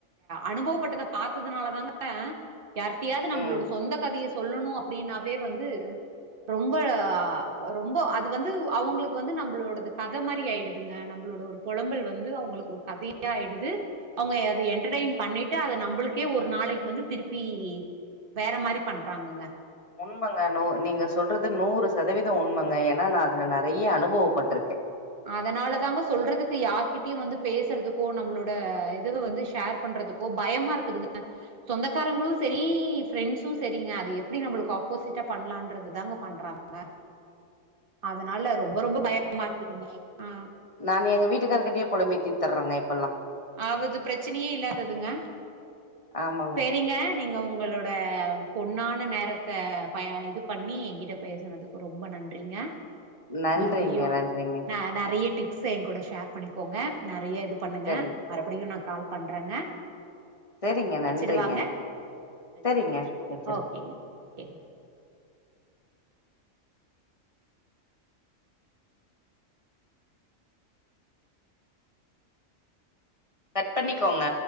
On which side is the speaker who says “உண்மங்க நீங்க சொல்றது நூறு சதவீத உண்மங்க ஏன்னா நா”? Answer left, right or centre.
Left